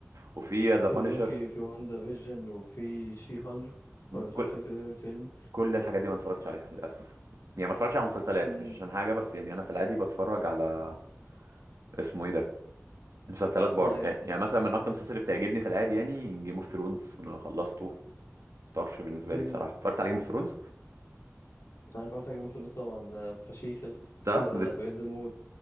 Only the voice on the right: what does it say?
وفي ذا
بانشر
كل
كل الحاجات دي ما اتفرجتش عليها للأسف يعني ما اتفرجش على مسلسلات
مش عشان حاجة بس يعني أنا في العادي بتفرج على اسمه إيه ده مسلسلات بره
يعني يعني مثلا من اكتر المسلسلات اللي بتعجبني في العادي يعني جيم اوف ثرونز انا خلصته طرش بالنسبه
لي بصراحه اتفرجت على جيم اوف ثرونز
ده
بت-